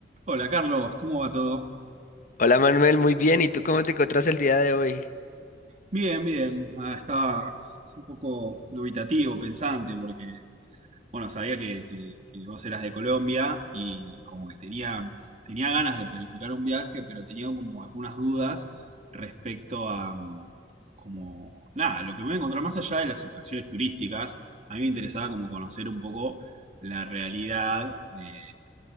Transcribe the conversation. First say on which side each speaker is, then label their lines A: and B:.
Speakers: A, on the right; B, on the left.
A: Hola Carlos, ¿cómo va todo?
B: Hola Manuel, muy bien. ¿Y tú cómo te encuentras el día de hoy?
A: Bien, bien. Ah, estaba un poco dubitativo, pensante, porque bueno, sabía que, que- que vos eras de Colombia y como que tenía, tenía ganas de planificar un viaje, pero tenía como algunas dudas respecto a, mm, como, nada, lo que me voy a encontrar más allá de las atracciones turísticas, a mí me interesaba como conocer un poco la realidad de,